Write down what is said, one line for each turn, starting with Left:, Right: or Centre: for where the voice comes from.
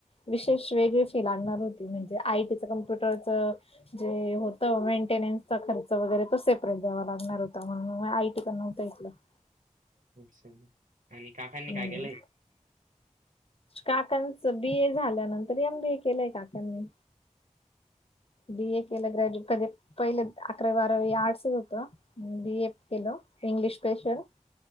Left: विशेष वेगळी फी लागणार होती म्हणजे आय टीचं कम्प्युटरचं जे होतं मेंटेनन्सचा खर्च वगैरे तो सेपरेट द्यावा लागणार होता म्हणून आय टी करणार <unintelligible>
Right: अच्छा आणि काकांनी
Left: हम्म.
Right: काय केलंय?
Left: काकांचं बी ए झाल्यानंतर एम बी ए केलंय काकांनी बी ए केलं ग्रॅज्युएट पहिले अकरा बारावी आर्टसच होत बी ए केलं. इंग्लिश स्पेशल